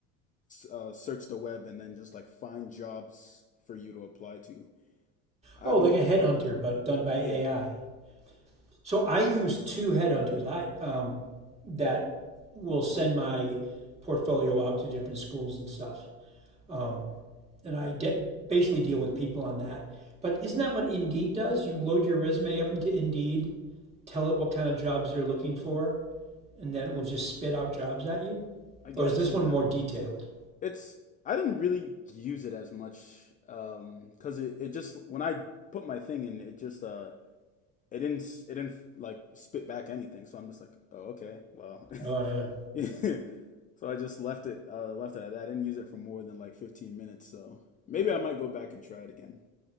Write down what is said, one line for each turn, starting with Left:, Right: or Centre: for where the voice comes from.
Left: uh, search the web and then just like find jobs for you to apply to. I
Right: Oh,
Left: haven't,
Right: like a headhunter,
Left: y-
Right: but done by
Left: yeah,
Right: AI. So I use two headhunters. I um, that will send my portfolio out to different schools and stuff. Um, and I de- basically deal with people on that. But isn't that what Indeed does? You load your resume up into Indeed, tell it what kind of jobs you're looking for, and then it will just spit out jobs at you.
Left: I guess,
Right: Or is this one
Left: yeah.
Right: more detailed?
Left: It's, I didn't really use it as much um, 'cause it, it just when I put my thing in, it just uh, it didn't s- it didn't like spit back anything. So I'm just like, oh, okay, well.
Right: Oh yeah.
Left: <laughs> So I just left it uh, left it at that. I didn't use it for more than like 15 minutes, so maybe I might go back and try it again.